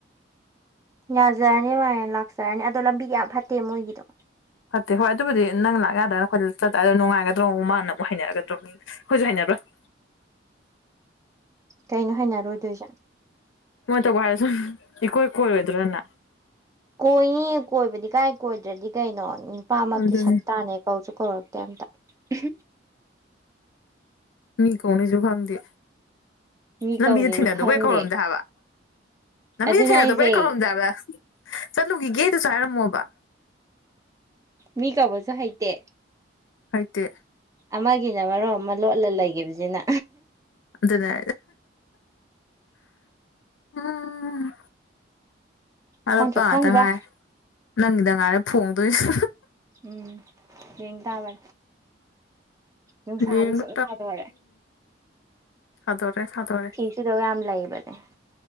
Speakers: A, on the right; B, on the left.
A: ꯌꯥꯖꯔꯅꯤ ꯃꯥꯥꯏ ꯂꯥꯛꯆꯔꯅꯤ ꯑꯗꯣ ꯂꯝꯕꯤ ꯌꯥꯝ ꯐꯠꯇꯦ ꯃꯣꯏꯒꯤꯗꯣ
B: ꯐꯠꯇꯦ ꯍꯣꯏ ꯑꯗꯨꯕꯨꯗꯤ ꯅꯪ ꯂꯥꯛ ꯌꯥꯗ꯭ꯔꯅ ꯑꯩꯈꯣꯏꯗ ꯆꯠꯇꯥꯔꯦꯗ ꯅꯨꯡꯉꯥꯏꯒꯗ꯭ꯔ ꯃꯨꯛ ꯃꯥꯅ ꯑꯃꯨꯛ ꯍꯩꯅꯔꯒꯗ꯭ꯔꯣ ꯑꯩꯈꯣꯏꯁꯨ ꯍꯩꯅꯔꯣꯏ <inaudible>
A: ꯀꯩꯅꯣ ꯍꯥꯏꯅꯔꯣꯏꯗꯣꯏꯁꯦ
B: ꯃꯣꯢ ꯇꯧꯕ ꯍꯥꯢꯔꯁꯨ ꯏꯀꯣꯏ ꯀꯣꯢꯔꯣꯏꯗ꯭ꯔꯅꯦ
A: ꯀꯣꯏꯅꯤ ꯀꯣꯏꯕꯗꯤ ꯀꯥꯏ ꯀꯣꯏꯗ꯭ꯔꯗꯤ ꯀꯩꯅꯣ ꯅꯨꯄꯥꯃꯛꯀꯤ
B: ꯑꯗꯨꯅꯤ
A: ꯁꯛꯇꯥꯅꯦ ꯀꯧꯁꯨ ꯀꯧꯔꯛꯇꯦ ꯀꯦꯝꯇ ꯎꯍꯨꯝ
B: ꯃꯤ ꯀꯧꯅꯩꯁꯨ ꯈꯪꯗꯦ
A: ꯃꯤ
B: ꯂꯝꯕꯤꯁꯨ
A: ꯀꯧꯅꯤꯁꯨ
B: ꯊꯦꯡꯅꯗꯨꯕꯨ
A: ꯈꯪꯗꯦ
B: ꯍꯦꯛ ꯀꯧꯔꯝꯗꯦ ꯍꯥꯏꯕ ꯂꯝꯕꯤꯗ
A: ꯑꯗꯨꯅ
B: ꯊꯦꯡꯅꯗꯕꯩ
A: ꯑꯩꯁꯦ
B: ꯀꯧꯔꯝꯗꯦꯕ ꯍꯥꯏꯕ ꯆꯠꯂꯨꯈꯤꯒꯦ ꯑꯗꯨꯁꯨ ꯍꯥꯏꯔꯝꯃꯣꯕ
A: ꯃꯤ ꯀꯧꯕꯁꯨ ꯍꯩꯇꯦ
B: ꯍꯥꯏꯇꯦ
A: ꯑꯃꯒꯤꯅ ꯃꯔꯣꯟꯃ ꯑꯃ ꯂꯣꯠꯂ ꯂꯩꯈꯤꯕꯁꯤꯅ
B: ꯑꯗꯨꯅꯦ ꯎꯝ ꯑꯔꯣꯠꯄ
A: ꯈꯪꯗ꯭ꯔꯦ
B: ꯉꯥꯛꯇ
A: ꯈꯪꯗ꯭ꯔꯦ
B: ꯉꯥꯔꯦ ꯅꯪꯒꯤꯗ ꯉꯥꯏꯔꯦ ꯐꯣꯡꯗꯣꯏꯁꯦ
A: ꯎꯝ ꯌꯦꯡ ꯇꯥꯔꯦ ꯅꯨꯡꯁꯥꯗꯤ
B: ꯌꯦꯡꯕ
A: ꯁꯨꯝ ꯁꯥꯥꯗꯣꯔꯛꯑꯦ
B: ꯁꯥꯗꯣꯔ ꯔꯦ ꯁꯥꯗꯣꯔꯔꯦ
A: ꯁꯨꯗꯧ ꯌꯥꯝ ꯂꯩꯕꯅꯦ